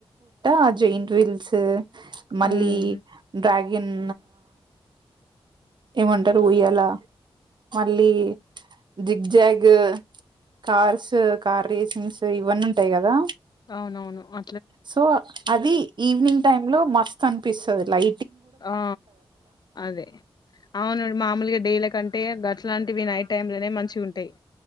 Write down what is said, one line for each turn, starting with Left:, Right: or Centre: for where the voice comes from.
Right: ఆ జెయింట్ విల్స్ <unintelligible> మళ్ళీ
Left: హ్మ్.
Right: డ్రాగిన్ ఏమంటారు ఊయ్యాల, మళ్ళీ zig zag, cars, car racings ఇవన్నీ ఉంటయ్ గదా,
Left: అవున అవును అ
Right: సో అది ఈవినింగ్ టైమ్ లో మస్తు అన్ పిస్సదు లై
Left: ఆ అదే అవును మామూలుగ డేల కంటే గట్లాంటివి నైట్ టైమ్ లోనే మంచిగుంటయ్